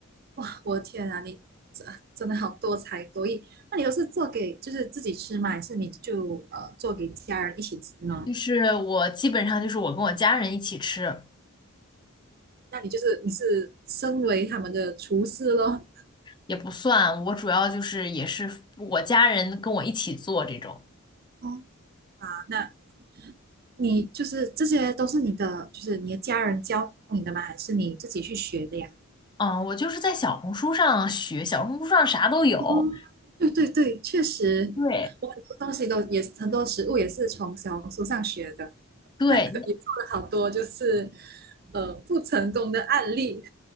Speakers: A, on the right; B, on the left.
A: 哇，我的天啊，你真真的好多才多艺。那你都是做给就是自己吃吗？还是你就呃做给家人一起吃呢？
B: 就是我基本上就是我跟我家人一起吃，
A: 那你就是你是身为他们的厨师咯。
B: 也不算，我主要就是也是我家人跟我一起做这种。
A: 哦，啊那你就是这些都是你的，就是你的家人教你的吗？还是你自己去学的呀？
B: 嗯，我就是在小红书上学，小红书上啥都有。
A: 哦对对对，确实，
B: 对
A: 我很多东西都也很多食物也是从小红书上学的，
B: 对，
A: 那可也做了好多就是呃不成功的案例。